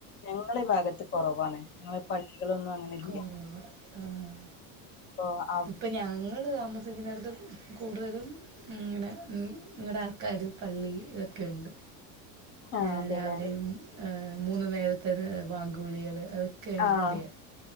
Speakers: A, on the left; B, on the right.
A: ഞങ്ങളെ ഈ ഭാഗത്ത് കുറവാണ് ഞങ്ങളെ പള്ളികളൊന്നും അങ്ങനെ
B: കോറവ്
A: ഇല്ല
B: ആഹ്
A: <unintelligible>
B: ഇപ്പ ഞങ്ങള് താമസിക്കുന്നട്ത്ത് കൂടുതലും ഇങ്ങനെ നിങ്ങടെ ആൾക്കാര് പള്ളി ഇതൊക്കെയുണ്ട്.
A: ആഹ്
B: ഏഹ്
A: അതെല്ലേ
B: രാവിലെയും ഏഹ് മൂന്നു നേരത്തത് വാങ്ക് വിളികള് അ ക്കെ എനക്കറിയാം.
A: ആഹ്